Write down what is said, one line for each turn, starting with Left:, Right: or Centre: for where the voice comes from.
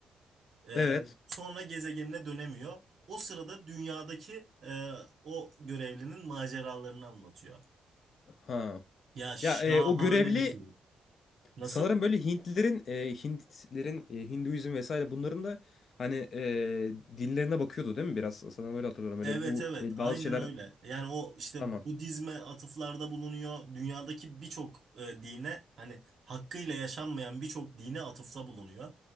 Right: Ee,
Left: Evet.
Right: sonra gezegenine dönemiyor. O sırada dünyadaki e, o görevlinin maceralarını anlatıyor.
Left: Ha.
Right: Ya şahane
Left: Ya e, o görevli
Right: bir film. Nasıl?
Left: Sanırım böyle Hintlilerin, e, Hintlerin, e, Hinduizm vesaire bunların da hani e, dinlerine bakıyordu değil mi biraz? Sana böyle hatırlıyorum. Öyle
Right: Evet
Left: bu
Right: evet
Left: böyle
Right: aynen
Left: bazı şeyler
Right: öyle. Yani o işte
Left: tamam.
Right: Budizme atıflarda bulunuyor. Dünyadaki birçok e, dine hani hakkıyla yaşanmayan birçok dine atıfta bulunuyor.